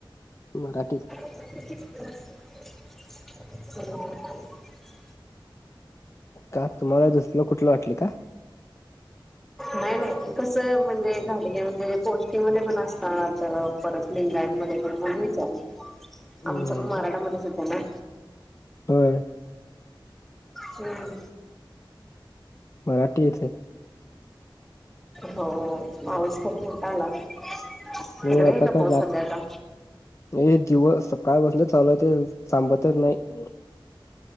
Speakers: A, on the left (about 35°); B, in the centre.
A: मराठीच.
B: <inaudible> <inaudible>
A: का तुम्हाला दुसल कुठलं वाटले का?
B: नाही, नाही कस म्हणजे घाडगे म्हणजे कोष्टीमध्ये पण असतात, परत लिंगायत म्हणून विचारलं
A: नाही
B: आमच म्हणून
A: नाही
B: मराठा मध्येच. येते ना
A: होय.
B: हम्म.
A: मराठी येत आहे.
B: हो पाऊस खूप मोठा आला. तिकडे
A: हो आता
B: आहे का पाऊस
A: काय जात
B: सध्या आता
A: हे दिवस? सकाळ पासून चालूय ते थांबतच नाही.